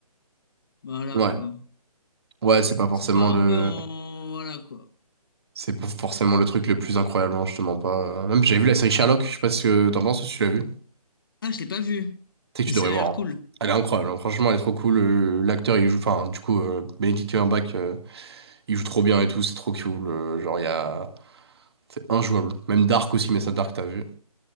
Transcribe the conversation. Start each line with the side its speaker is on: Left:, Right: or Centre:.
Left: voilà
Right: Ouais.
Left: quoi.
Right: Ouais, c'est pas forcément
Left: Ça part
Right: le.
Left: un peu en. Voilà quoi.
Right: C'est pas forcément le truc le plus incroyable, hein, je te mens pas. euh, Même, j'ai vu la série Sherlock, je sais pas ce que t'en penses, si tu l'as vu.
Left: Ah, je l'ai pas vu.
Right: sais que
Left: Mais
Right: tu
Left: ça
Right: devrais
Left: avait
Right: voir.
Left: l'air
Right: hein.
Left: cool.
Right: Elle est incroyable, hein. Franchement, elle est trop cool. euh, L'acteur, il joue, enfin, du coup, euh, Benedict Cumberbatch, euh, il joue trop bien et tout, c'est trop cool. euh, genre, il y a... C'est injouable. Même Dark aussi, mais ça, Dark, t'as vu.